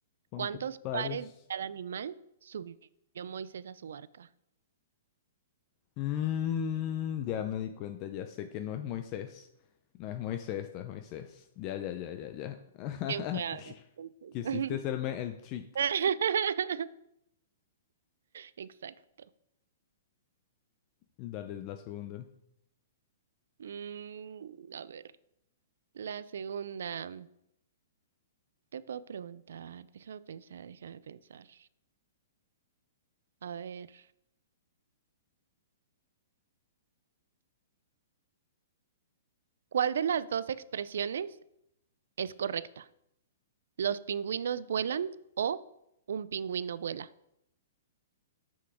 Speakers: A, on the left; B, on the right.
A: ¿Cuántos
B: ¿Cuántos pares
A: pares?
B: de cada animal subió Moisés a su arca?
A: Mm, ya me di cuenta, ya sé que no es Moisés. No es Moisés, no es Moisés. Ya, ya, ya, ya, ya. <laughs>
B: ¿Quién fue a ver? entonces?
A: Quisiste hacerme el trick.
B: <laughs> Exacto.
A: Dale la segunda.
B: Mm, a ver, la segunda. Te puedo preguntar, déjame pensar, déjame pensar. A ver, ¿cuál de las dos expresiones es correcta? ¿Los pingüinos vuelan o un pingüino vuela?